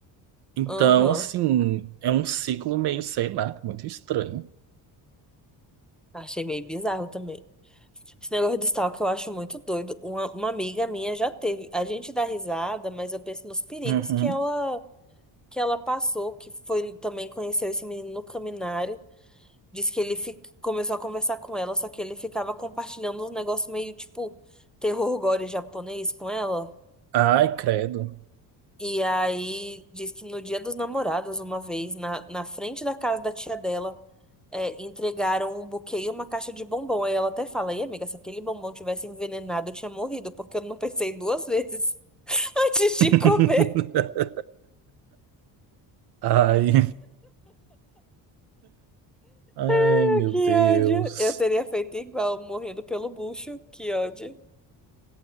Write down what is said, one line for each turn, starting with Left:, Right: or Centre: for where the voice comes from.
Right: Então,
Centre: aham.
Right: assim, é um ciclo meio, sei lá, muito estranho.
Centre: Achei meio bizarro também. Esse negócio de stalker eu acho muito doido. Uma, uma amiga minha já teve. A gente dá risada, mas eu penso nos perigos
Right: Uhum.
Centre: que ela que ela passou, que foi também conheceu esse menino no Caminhar Diz que ele fi- começou a conversar com ela, só que ele ficava compartilhando uns negócios meio tipo terror gore japonês com ela.
Right: Ai, credo.
Centre: E aí diz que no dia dos namorados, uma vez, na, na frente da casa da tia dela, é, entregaram um buquê e uma caixa de bombom. Aí ela até fala, ei, amiga, se aquele bombom tivesse envenenado, eu tinha morrido, porque eu não pensei duas vezes <laughs> antes de
Right: <laughs>
Centre: comer. <laughs>
Right: Ai, ai,
Centre: Ah,
Right: meu
Centre: Que
Right: Deus.
Centre: ódio! Eu teria feito igual, morrendo pelo bucho. Que ódio.